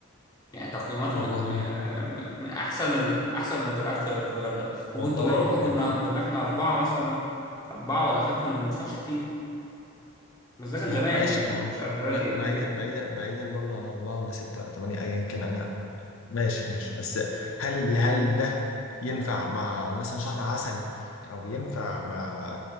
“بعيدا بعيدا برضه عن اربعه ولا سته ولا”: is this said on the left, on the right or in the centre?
Left